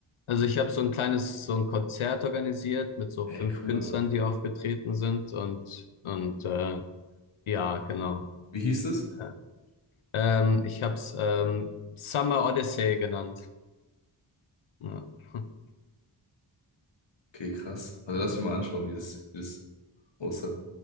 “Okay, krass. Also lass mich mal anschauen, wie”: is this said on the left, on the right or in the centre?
Left